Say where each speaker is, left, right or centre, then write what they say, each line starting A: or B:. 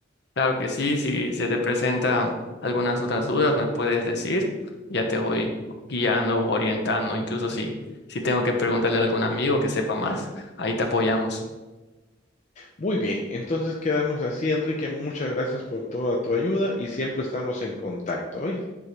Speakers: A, on the left (about 55°); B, on the left (about 35°).
A: Claro que sí, si se te presentan algunas otras dudas, me puedes decir, ya te voy guiando u orientando, incluso si, si tengo que preguntarle a algún amigo que sepa más, ahí te apoyamos.
B: Muy bien, entonces quedamos así, Enrique. Muchas gracias por toda tu ayuda y siempre estamos en contacto. ¿oíste?